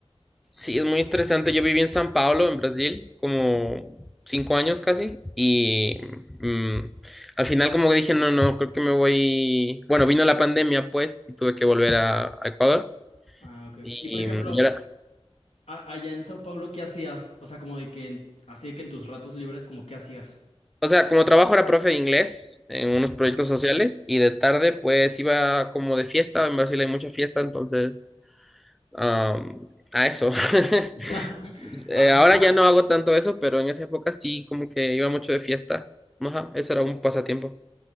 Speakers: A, in the centre; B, on the left.
A: Sí, es muy estresante. Yo viví en San Pablo, en Brasil, como cinco años casi. Y mm, al final, como que dije, no, no, creo que me voy. Bueno, vino la pandemia, pues, y tuve que volver a, a Ecuador.
B: Ah, ok, ok.
A: Y,
B: Y por ejemplo,
A: mm, y ahora-
B: a- allá en Sao Paulo, ¿qué hacías? O sea, como de que en- así de que en tus ratos libres, como ¿qué hacías?
A: O sea, como trabajo era profe de inglés en unos proyectos
B: Ah, ok.
A: sociales y de tarde pues iba como de fiesta, en Brasil hay mucha fiesta, entonces am, a eso. <laughs>
B: <laughs>
A: Eh,
B: Ah,
A: ahora
B: no.
A: ya no hago tanto eso, pero en esa época sí como que iba mucho de fiesta. Ajá, eso era un pasatiempo.